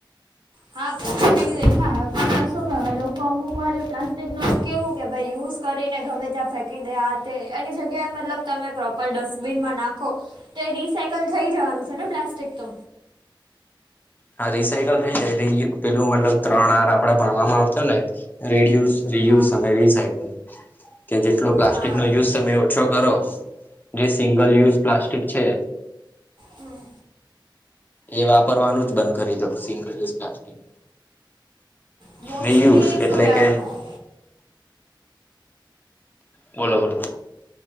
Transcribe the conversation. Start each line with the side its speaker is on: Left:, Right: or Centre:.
Right: હા પ્લાસ્ટિક દેખ હા પણ અ શું કે અમે લોકો અમુક વાર પ્લાસ્ટિકનો કેવું કે ભાઈ યુઝ કરીને ગમે ત્યાં ફેક કી દે આ તે એની જગ્યાએ મતલબ તમે પ્રોપર ડસ્ટબિનમાં નાખો તે રિસાઈકલ થઈ જવાનું છે ને પ્લાસ્ટિક તો.
Left: હા રિસાયકલ થઈ જાય રિયુ પેલું મતલબ ત્રણ આર આપડે ભણવામાં આવતાને રીડયુઝ રીયુસ
Right: હા
Left: અને રીસાઈકલ કે જેટલો પ્લાસ્ટિક
Right: હા
Left: નો યુઝ તમે ઓછો કરો જે સિંગલ યુઝ પ્લાસ્ટિક છે
Right: હમ્મ.
Left: એ વાપરવાનું જ બંધ કરી દો single use plastic.
Right: mostly
Left: Reuse
Right: શું
Left: એટલે
Right: કહેવાય
Left: કે બોલો બોલો.